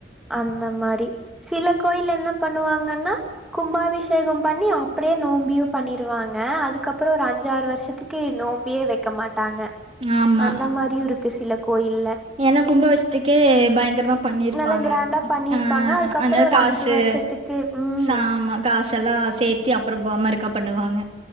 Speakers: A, in the centre; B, on the right.
A: ஆ அந்த மாரி சில கோயில்ல என்ன பண்ணுவாங்கன்னா கும்பாபிஷேகம் பண்ணி அப்டியே நோம்பயும் பண்ணிருவாங்க ஆ அதுக்கப்புறோம் ஒரு அஞ்சாறு வருஷத்துக்கு நோம்பியே வைக்க மாட்டேன் மாட்டாங்க
B: ஆமா
A: அந்த மாரியு இருக்கு சில கோயில்ல
B: ஏன்னா கும்பபஷத்துக்கே பயங்கரமா பண்ணிருப்பாங்க
A: நல்லா கிராண்டா பண்ணிருப்பாங்க
B: ஆ
A: அதுக்கப்புறோ
B: அதனால
A: ஒரு
B: காசு
A: அஞ்சு வருஷத்துக்கு ம்
B: சாம காசு எல்லாம் சேத்தி அ அப்புறோம் பொமருக்கா பண்ணுவாங்க